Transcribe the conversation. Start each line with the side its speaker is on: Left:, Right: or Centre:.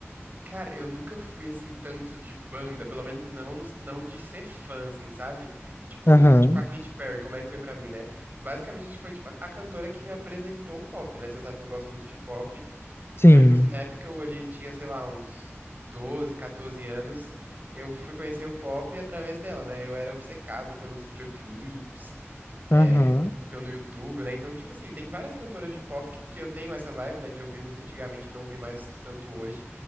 Right: Cara, eu nunca fui assim tanto de banda, pelo menos não, no- não de ser fã, assim, sabe? Tipo,
Left: Aham,
Right: com a Katy Perry, como é que foi pra mim, né? Basicamente, a gente foi tipo a cantora que me apresentou o pop, né? Você sabe que eu gosto muito de pop.
Left: sim.
Right: Então, tipo assim, na época que eu ali tinha, sei lá, uns 12 14 anos, eu fui conhecer o pop através dela, né? Eu era obcecado pelos videoclipes, é,
Left: Aham,
Right: que eu no YouTube, né? Então, tipo assim, tem várias cantoras de pop que, que eu tenho essa vibe, né? De ouvir muito antigamente e não ouvir mais tanto hoje.